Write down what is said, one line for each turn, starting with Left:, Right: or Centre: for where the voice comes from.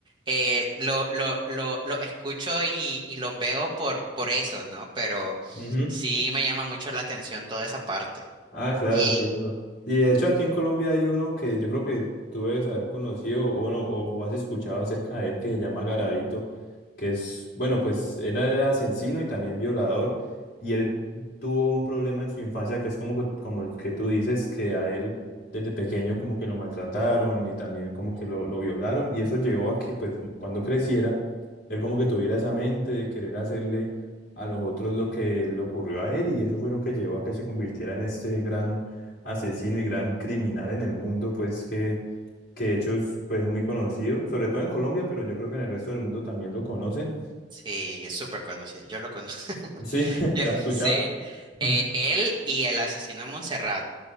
Right: eh, lo, lo, lo, lo escucho y, y los veo por, por eso, ¿no? Pero
Left: Ujú.
Right: sí me llama mucho la atención toda esa parte.
Left: Ah, claro,
Right: Y,
Left: entiendo. Y de hecho aquí en Colombia hay uno que yo creo que tú debes haber conocido o bueno, o, o has escuchado acerca de él que se llama Garavito, que es, bueno, pues él era asesino y también violador y él tuvo un problema en su infancia que es como, que- como el que tú dices, que a él desde pequeño como que lo maltrataron y también como que lo, lo violaron y eso llevó a que pues cuando creciera, él como que tuviera esa mente de querer hacerle a los otros lo que le ocurrió a él y eso fue lo que llevó a que se convirtiera en este gran asesino y gran criminal en el mundo, pues que, que de hecho es pues, muy conocido, sobre todo en Colombia, pero yo creo que en el resto del mundo también lo conocen.
Right: Sí, es súper conocido. Yo lo conozco. <laughs>
Left: Sí, <laughs>
Right: Yo-
Left: ¿lo has escuchado?
Right: Sí. Eh,
Left: Ujú.
Right: él y el asesino de Montserrat